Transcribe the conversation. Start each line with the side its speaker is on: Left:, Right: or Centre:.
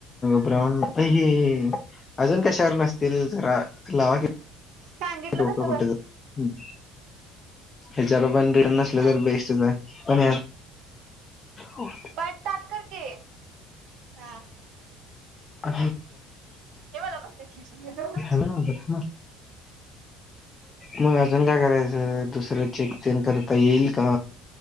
Left: ब्राऊन, हे अजून कशावर नसतील, जरा लावा की
Right: सांगितलं
Left: डोकं
Right: तसं
Left: कुठंतर,
Right: बस
Left: हम्म. ह्याच्याला पण रिण नसलं
Right: हा
Left: तर बेस्टच आहे, पण हो
Right: पाय ताट कर की हा
Left: <inaudible> अ
Right: हे मला पण दे.
Left: ना <inaudible> मग अजून काय करायचं, दुसरं चेक तेन करता येईल का?